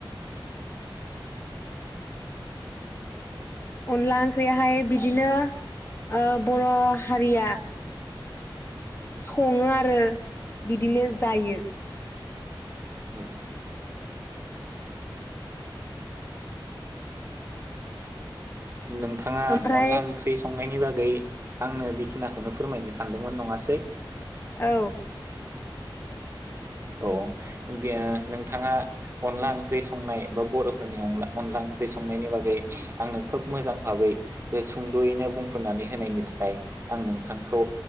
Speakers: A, on the left (about 25°); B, on the right (about 30°).
A: अनला ओंख्रियाहाय बिदिनो ओ बर' हारिया सङो आरो बिदिनो जायो
B: औ <inaudible> नोंथाङा
A: ओमफ्राय
B: अनला ओंख्रि संनायनि नि बागै आंनो बेखिनिखौनो फोरमायनो सानदोंमोन नङासै
A: औ
B: औ बेयो नोंथाङा अनला ओंख्रि संनाय बा बर'फोरनि अनला ओंख्रि संनायनि बागै आंनो खोब मोजां भाबै सुंद'यैनो बुंफोरनानै होनायनि थाखाय आं नोंथांखौ